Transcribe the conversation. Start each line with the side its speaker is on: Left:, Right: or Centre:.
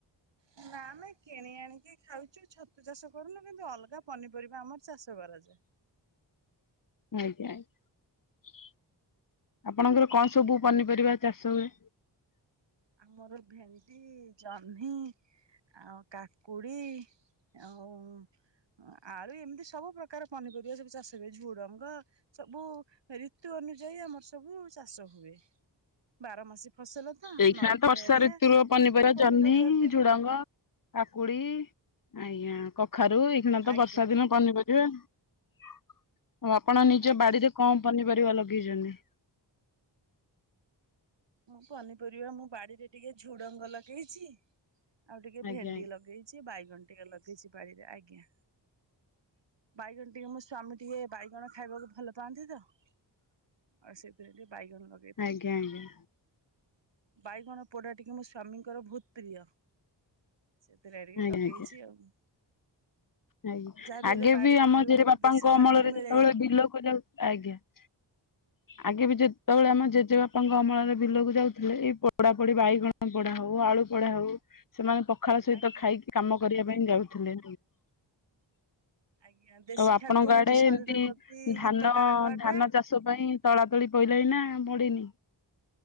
Right: ନା ଆମେ କିଣି ଆଣିକି ଖାଉଚୁ ଛତୁ ଚାଷ କରୁନୁ କିନ୍ତୁ ଅଲଗା ପନିପରିବା ଆମର ଚାଷ କରାଯାଏ।
Left: ଆଜ୍ଞା ଆଜ୍ଞା ଆପଣଙ୍କର କଁ ସବୁ ପନିପରିବା ଚାଷ ହୁଏ?
Right: ଆମର ଭେଣ୍ଡି ଜହ୍ନି ଆଉ କାକୁଡି ଆଉ ଉଁ ଆଳୁ ଏମିତି ସବୁ ପ୍ରକାର ପନିପରିବା ସବୁ ଚାଷ ହୁଏ ଝୁଡଙ୍କ ସବୁ ଋତୁ ଅନୁଯାୟୀ ଆମର ସବୁ ଚାଷ ହୁଏ ବାର ମାସୀ ଫସଲ ତ
Left: ଏଇଖିଣା
Right: ନଈକୂଳ
Left: ତ ବର୍ଷା
Right: ଏରିଆ
Left: ଋତୁ ପନିପରିବା
Right: ସବୁ
Left: ଜହ୍ନି
Right: ହୁଏ
Left: ଝୁଡଙ୍ଗ କାକୁଡି ଆଜ୍ଞା କଖାରୁ ଏଇଖିଣା ତ
Right: ଆଜ୍ଞା
Left: ବର୍ଷା ଦିନ ପନିପରିବା ଆଉ ଆପଣ ନିଜ
Right: ଆଜ୍ଞା
Left: ବାଡିରେ କଣ ପନିପରିବା ଲଗେଇଚନ୍ତି?
Right: ମୁଁ ପନିପରିବା ମୁ ବାଡିରେ ଟିକେ ଝୁଡଙ୍ଗ ଲଗେଇଛି ଆଉ ଟିକେ
Left: ଆଜ୍ଞା
Right: ଭେଣ୍ଡି ଲଗେଇ ଚି ବାଇଗଣ ଟିକେ ଲଗେଇଚି ବାରିରେ ଆଜ୍ଞା ବାଇଗଣ ଟିକେ ମୋ ସ୍ଵାମୀ ଟିକେ ବାଇଗଣ ଖାଇବାକୁ ଭଲ ପାଆନ୍ତି ତ ଆଉ ସେଥିପାଇଁ ଟିକେ ବାଇଗଣ ଲ
Left: ଆଜ୍ଞା ଆଜ୍ଞା।
Right: ବାଇଗଣ ପୋଡା ଟିକେ ମୋ ସ୍ଵାମୀଙ୍କର ବୋହୁତ ପ୍ରିୟ। ସେଥିଲାଗି ଟିକେ ଲଗେଇଚି
Left: ଆଜ୍ଞା ଆଜ୍ଞା
Right: ଆଉ।
Left: ଆଜ୍ଞା
Right: ଯାହାବି
Left: ଆଗେ
Right: ହେଲେ ବାଡିରୁ
Left: ବି ଆମ
Right: ଯୋଉ
Left: ଜେଜେବାପାଙ୍କ
Right: ଦେଶୀ ଖାଦ୍ୟ
Left: ଅମଳାରେ
Right: ମିଳେ
Left: ଯେତେବେଳେ ବିଲକୁ ଯାଉ ଆଜ୍ଞା। <inaudible> ଆଗେ ବି ଯେତେବେଳେ ଆମ ଆଗେ ଯେତେ ଜେଜେବାପାଙ୍କ ଅମଳରେ ବିଲକୁ ଯାଉଥୁଲେ ଏ ପୋଡା ପୋଡି ବାଇଗଣ ପୋଡା ହୋଉ ଆଳୁ ପୋଡା ହୋଉ ସେମାନେ ପଖାଳ ସହିତ
Right: ଆଜ୍ଞା
Left: ଖାଇକି କାମ କରିବା
Right: ଆଜ୍ଞା।
Left: ପାଇଁ ଯାଉଥୁଲେ।
Right: ଆଜ୍ଞା। ଦେଶୀ
Left: ତ ଆପଣଙ୍କ
Right: ଖାଦ୍ୟ ହଉଛି
Left: ଆଡେ
Right: ଶରୀର
Left: ଏମତି
Right: ପ୍ରତି
Left: ଧାନ
Right: ହିତକାରକ ଅଟେ।
Left: ଧାନ ଚାଷ୍ ଚାଷ ପାଇଁ ତଳା ତୁଳି ପଇଲାଣିି ନା ପଡିନି?